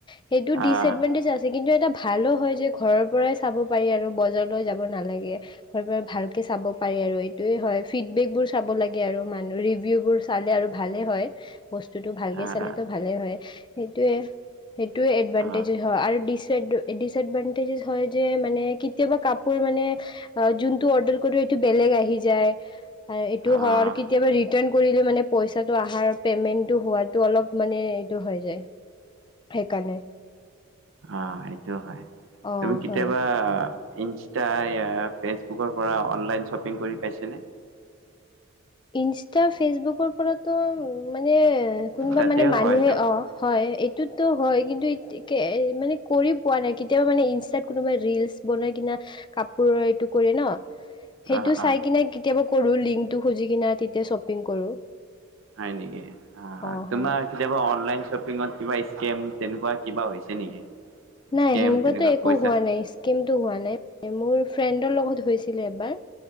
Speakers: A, on the left; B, on the right.
A: সেই টো
B: আহ
A: ডিচ এন্টমেত আছে কিন্তু এটা ভালো হয় যে ঘৰৰ পৰাই চাব আৰু বজাৰলৈ যাব নালাগে, ঘৰৰ পৰাই ভাল চাব পাৰি আৰু এইটোয়ে হয় ফিডবেক বোৰ চাব লাগে, আৰু মানুহ ৰিভিউ বোৰ চালে আৰু ভালে হয়। বস্তুতটো ভালকে
B: আহ
A: চালেতো ভালে হয়, সেইটোৱেই। সেইটোৱে এডভানটেজে
B: আহ
A: হয়, আৰু ডিচএড ডিচএডভানটেজেছ হয় যে মানে কি কেতিয়াবা কাপোৰ মানে যোনটো অৰ্ডাৰ কৰোঁ এইটো বেলেগ আহি যায়, এইটো
B: আহ
A: হয়। কেতিয়াবা ৰিটাৰ্ণ কৰিলে মানে পইচাটো আহাৰ পেমেন্টটো হোৱাটো অলপ মানে এইটো হৈ যায়। সেইকাৰণে।
B: অ', এইটোও হয়।
A: অঁ
B: তুমি কেতিয়াবা
A: হয়
B: ইনষ্টা ইয়া ফেচবুকৰ পৰা অনলাইন শ্বপিং কৰি পাইছানে?
A: ইনষ্টা ফেচবুকৰ পৰাতো মানে কোনোবা
B: তাতেও
A: মানে মানুহে
B: হয় ত
A: অ', হয়। টোতো হয়, কিন্তু মানে কৰি পোৱা নাই কেতিয়াবা মানে ইনষ্টাত কোনোবা ৰৰিলচ বনাই কিনে কাপোৰৰ এইটো কৰে ন। সেইটো
B: অ
A: চাই
B: অ
A: কিনে কেতিয়াবা কৰো লিংকটো খুজি কিনে তেতিয়া শ্বপিং কৰোঁ।
B: হয় নেকি? অ',
A: অঁ
B: তোমাৰ
A: হয়
B: কেতিয়াবা অনলাইন শ্বপিঙত কিবা স্কেম তেনেকুৱা কিবা হৈছে নেকি?
A: নাই
B: স্কেম
A: হেনেকুৱাতো
B: তেনেকুৱা
A: একো
B: পইচা
A: হোৱা নাই। ইষ্কেমটো হোৱা নাই। মোৰ ফ্ৰেণ্ডৰ লগত হৈছিলে এবাৰ।